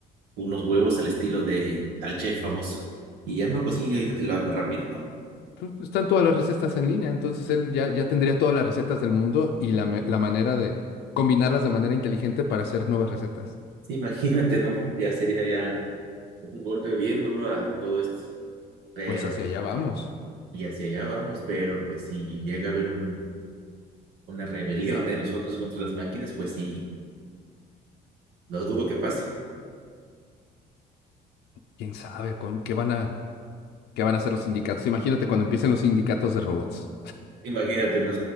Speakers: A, on the right (about 80°); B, on the left (about 75°).
A: unos huevos al estilo de tal chef famoso. Y ya no, pues sí, ahorita te lo hago rápido, ¿no?
B: Pues, Están todas las recetas en línea, entonces él ya, ya tendría todas las recetas del mundo y la, me- la manera de combinarlas de manera inteligente para hacer nuevas recetas.
A: Sí, imagínate, ¿no? Ya sería ya. un golpe bien duro a todo esto, pero,
B: Pues hacia allá vamos.
A: y hacia allá vamos, pero pues si llega a haber un, una rebelión de nosotros contra las máquinas, pues sí, lo dudo que pase,
B: ¿Quién sabe con qué van a, qué van a hacer los sindicatos? Imagínate cuando empiecen los sindicatos de robots.
A: imagínate, ¿no?